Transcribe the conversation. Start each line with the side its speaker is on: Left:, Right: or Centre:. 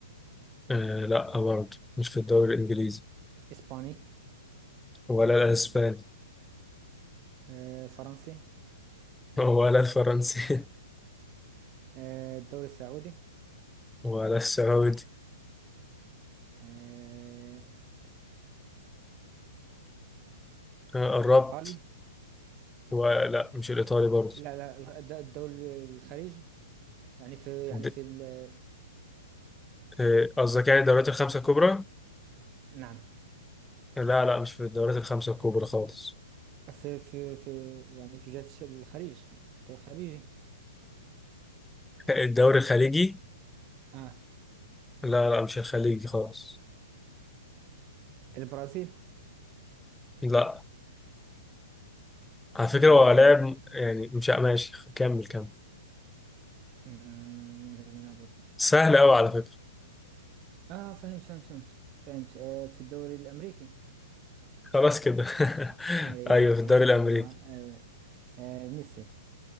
Centre: آه لا برضو مش في الدوري الإنجليزي
Right: إسباني
Centre: ولا الأسباني
Right: آه، فرنسي
Centre: ولا الفرنسي
Right: آه، الدوري السعودي
Centre: <laughs> ولا السعودي
Right: آه،
Centre: آه،
Right: الإيطالي
Centre: قربت ولا مش الإيطالي برضه
Right: لا لا الد- الدوري الخليجي يعني في يعني
Centre: د-
Right: في ال-
Centre: آه، قصدك يعني الدوريات الخمسة الكبرى؟
Right: نعم
Centre: لا لا مش في الدوريات الخمسة الكبرى خالص
Right: في في في يعني في جهة الش- الخليج الدوري الخليجي
Centre: الدوري الخليجي؟
Right: اه
Centre: لا لا مش الخليجي خالص
Right: البرازيل
Centre: لا على فكرة
Right: آه
Centre: هو لاعب يعني مش ماشي كمل كمل
Right: أمم، لازم نضبط
Centre: سهل
Right: الدوري
Centre: أوي على فكرة
Right: اه فهمت فهمت فهمت فهمت آه في الدوري الأمريكي
Centre: خلاص كده <laughs>
Right: ايوه
Centre: أيوه في الدوري
Right: <laughs>
Centre: الأمريكي
Right: ايوه ايوه آه ميسي